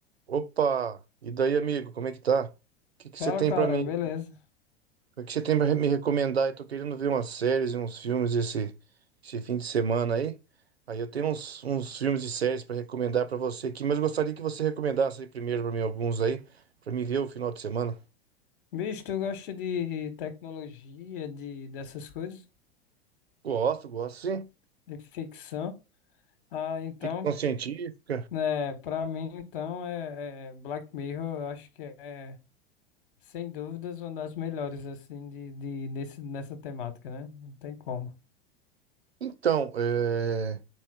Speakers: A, on the right (about 85°); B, on the left (about 55°).
A: Opa! E daí, amigo, como é que tá? O que que
B: Fala,
A: você tem
B: cara,
A: pra mim?
B: beleza.
A: O que você tem para me recomendar? Eu tô querendo ver umas séries e uns filmes esse, esse fim de semana aí. Aí eu tenho uns, uns filmes e séries pra recomendar pra você aqui, mas eu gostaria que você recomendasse aí primeiro pra mim alguns aí, pra mim ver o final de semana.
B: Bicho, tu gosta de tecnologia, de dessas coisas,
A: Gosto, gosto sim.
B: de ficção? Ah, então,
A: Ficção científica.
B: né, pra mim, então, é, é Black Mirror, eu acho que é, sem dúvidas, uma das melhores, assim, de, de, nesse, nessa temática, né? Não tem como.
A: Então, é,